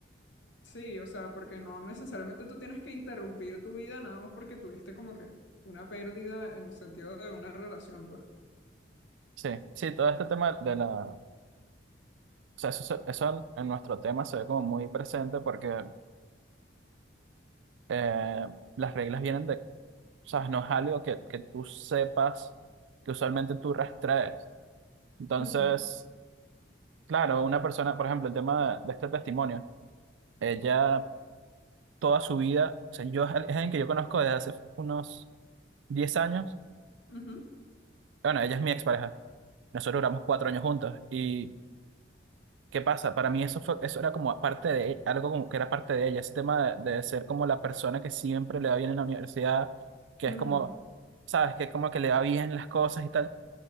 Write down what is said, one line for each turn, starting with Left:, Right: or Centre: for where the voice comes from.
Left: Sí, o sea, porque no necesariamente tú tienes que interrumpir tu vida nada más porque tuviste como que una pérdida en el sentido de una relación, pues.
Right: Sí, sí, todo este tema de la... O sea, eso, se- eso en nuestro tema se ve como muy presente porque eh, las reglas vienen de... sabes, no es algo que, que tú sepas que usualmente tú rastrees. Entonces,
Left: Ujú,
Right: claro, una persona, por ejemplo, el tema de, de este testimonio, ella toda su vida, o sea, yo es alguien que yo conozco desde hace unos 10 años,
Left: ujú.
Right: bueno, ella es mi expareja, nosotros duramos cuatro años juntos y ¿Qué pasa? Para mí eso fue, eso era como parte de algo como que era parte de ella, ese tema de, de ser como la persona que siempre le va bien en la universidad, que
Left: Mm,
Right: es como, sabes, que es como que le va bien las cosas y tal,